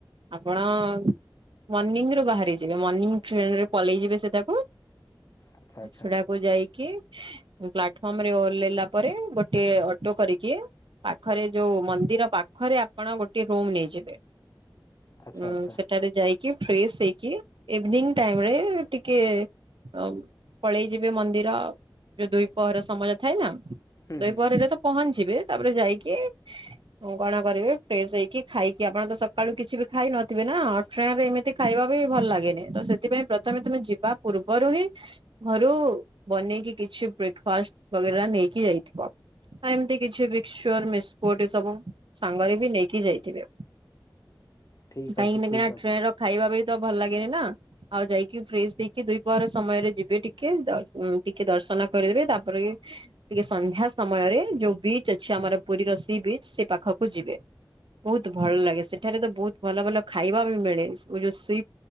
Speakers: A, on the right; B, on the left.
A: ଆପଣ ମର୍ଣିିଂରୁ ବାହାରି ଯିବେ, ମର୍ଣ୍ଣିିଂ ଟ୍ରେନରେ ପଳେଇଯିବେ ସେଟାକୁ।
B: ଆଚ୍ଛା ଆଚ୍ଛା
A: ସେଡାକୁ ଯାଇକି ଉ ପ୍ଲାଟଫର୍ମରେ ଓହ୍ଲେଇଲା ପରେ, ଗୋଟେ ଅଟୋ କରିକି ଖରେ ଯୋଉ ମନ୍ଦିର ପାଖରେ ଆପଣ ଗୋଟେ ରୁମ ନେଇଯିବେ।
B: ଆଚ୍ଛା
A: ଉଁ
B: ଆଚ୍ଛା
A: ସେଠାରେ ଯାଇକି କି ଫ୍ରେଶ ହେଇକି, ଇଭିନିଂ ଟାଇମରେ ଟିକେ ଅଁ ପଳେଇ ଯିବେ ମନ୍ଦିର, ଯୋଉ ଦୁଇ ପହର ସମୟରେ ଥାଏ ନା।
B: ହୁଁ
A: ଦୁଇପହରରେ
B: ହୁଁ
A: ତ ପହଞ୍ଚିବେ। ତାପରେ ଯାଇକି ହଁ କଣ କରିବେ, ଫ୍ରେଶ ହେଇକି ଖାଇକି ଆପଣ ତ ସକାଳୁ କିଛି ବି ଖାଇ ନଥିବେ ନା। ଟ୍ରେନରେ ଏମିତି ଖାଇବା ବି ଭଲ ଲାଗେନି, ତ ସେଥିପାଇଁ ପ୍ରଥମେ ତମେ ଯିବା ପୂର୍ବରୁ ହିଁ ଘରୁ ବନେଇକି କିଛି ବ୍ରେକଫାଷ୍ଟ ବଗେରା ନେଇକି ଯାଇଥିବ। ଆଁ ଏମିତି କିଛି ବିକସୁ ଶ୍ଚର, ବିସ୍କୁଟ ଏ ସବୁ ସାଙ୍ଗରେ ବି ନେଇକି ଯାଇଥିବେ।
B: ଠିକ୍
A: କାହିଁକି
B: ଅଛି ଠିକ୍
A: ନାନା
B: ଅଛି
A: ଟ୍ରେନ ର ଖାଇବା ବି ତ ଭଲ ଲାଗେନି ନା। ଆଉ ଯାଇକି ଫ୍ରେେଶ ଦେଇକି ଦୁଇ ପହର ସମୟରେ ଯିବେ ଟିକେ ଟିକେ ଦର୍ଶନ କରିଦେବେ ତାପରେ ଟିକେ ସନ୍ଧ୍ୟା ସମୟରେ ଯୋଉ ବିଚ୍ ଅଛି ଆମର ପୁରୀର ସେ ବିଚ ସେ ପାଖକୁ ଯିବେ ବହୁତ ଭଲ ଲାଗେ ସେଠାରେ ତ ବହୁତ ଭଲ ଭଲ ଖାଇବା ବି ମିଳେ ଯୋଉ ସେ